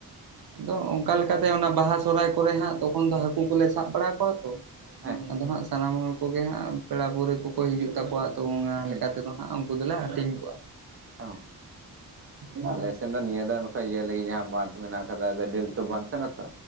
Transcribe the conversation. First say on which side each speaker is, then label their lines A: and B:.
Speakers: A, on the right (about 70°); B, on the right (about 35°).
A: ᱟᱫᱚ ᱚᱱᱠᱟ ᱞᱮᱠᱟᱛᱮ ᱚᱱᱟ ᱵᱟᱦᱟ ᱥᱚᱦᱨᱟᱭ ᱠᱚᱨᱮ ᱦᱟᱸᱜ ᱛᱚᱠᱷᱚᱱ ᱫᱚ ᱦᱟᱹᱠᱩ ᱠᱚᱞᱮ ᱥᱟᱵ ᱵᱟᱲᱟ ᱠᱚᱣᱟ ᱛᱚ᱾
B: ᱦᱮᱸ ᱦᱮᱸ
A: ᱟᱫᱚ ᱦᱟᱸᱜ ᱥᱟᱱᱟᱢ ᱦᱚᱲ ᱠᱚᱜᱮ ᱦᱟᱸᱜ ᱯᱮᱲᱟ ᱯᱟᱹᱣᱨᱟᱹ ᱠᱚᱠᱚ ᱦᱤᱡᱩᱜ ᱛᱟᱠᱚᱣᱟ ᱛᱚ ᱚᱱᱟ
B: ᱦᱩᱸ
A: ᱞᱮᱠᱟ ᱛᱮᱫᱚ ᱩᱱᱠᱩ ᱫᱚᱞᱮ ᱦᱟᱹᱴᱤᱧ ᱠᱚᱣᱟ᱾
B: <unintelligible>
A: ᱦᱳᱭ
B: ᱮᱱ ᱫᱚ ᱱᱤᱭᱟᱹ ᱫᱚ ᱱᱚᱝᱠᱟ ᱤᱭᱟᱹ ᱞᱟᱹᱜᱤᱫ ᱡᱟᱦᱟᱸ ᱵᱟᱸᱫᱷ ᱢᱮᱱᱟᱜ ᱟᱠᱟᱫᱟ ᱟᱫᱚ ᱟᱹᱰᱤ ᱞᱟᱹᱴᱩ ᱵᱟᱸᱫᱷ ᱠᱟᱱᱟ ᱛᱚ᱾